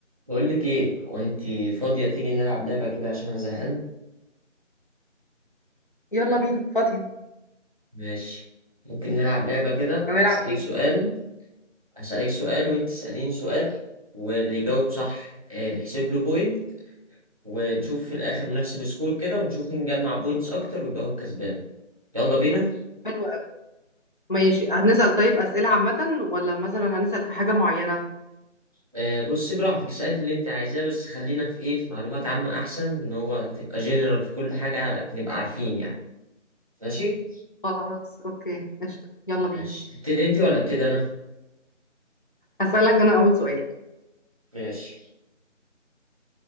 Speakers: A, on the right; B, on the left.
A: بقول لك ايه وانت فاضية تيجي نلعب لعبة كده عشان انا زهقان
B: يلا بينا فاضية
A: ماشي ممكن نلعب لعبة كده
B: هنلعب
A: اسألك
B: ايه
A: سؤال اسألك سؤال وانت تسأليني سؤال واللي يجاوب صح آه، نحسب له بوينت ونشوف في الاخر نحسب سكور كده ونشوف مين جمع بوينتس اكتر ويبقى هو الكسبان يلا بينا
B: حلو قوي ماشي هنسأل طيب أسئلة عامة ولا مثلا هنسأل في حاجة معينة
A: آه، بصي براحتك اسألي في اللي انت عايزاه بس خلينا في ايه في معلومات عامة احسن ان هو تبقى جنرال في كل حاجة نبقى عارفين يعني ماشي
B: خلاص اوكي قشطة يلا بينا
A: ماشي تبتدي انت ولا ابتدي انا
B: هسألك انا اول سؤال
A: ماشي